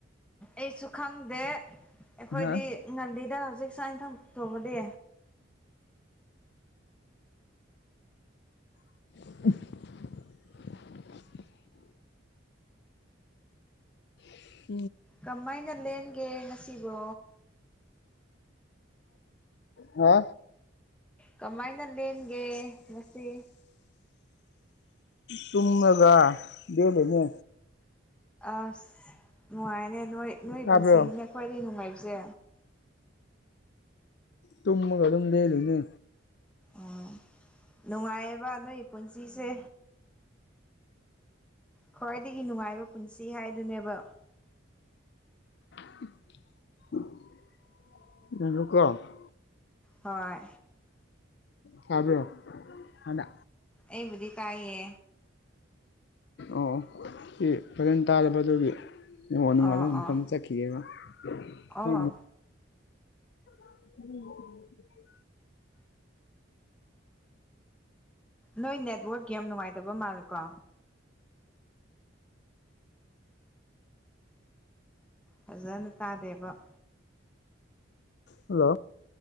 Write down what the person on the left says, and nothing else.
ꯍꯥ
<inaudible> <inaudible>
ꯍꯥ
ꯇꯨꯝꯃꯒ ꯂꯦꯟꯂꯤꯅꯦ
ꯇꯥꯕ꯭ꯔꯣ
ꯇꯨꯝꯃꯒ ꯑꯗꯨꯝ ꯂꯦꯜꯂꯨꯅꯦ
<unintelligible>
ꯀꯕ꯭ꯔꯣ ꯍꯅ
ꯑꯣ ꯁꯤ ꯐꯖꯅ ꯇꯥꯔꯕ ꯑꯗꯨꯒꯤ ꯅꯦꯠꯋꯥꯛ ꯅꯨꯡꯉꯥꯏꯕ
ꯃꯐꯝ
ꯆꯠꯈꯤꯒꯦꯕ ꯁꯣ
ꯎꯝ ꯎꯝ <unintelligible>
ꯍꯜꯂꯣ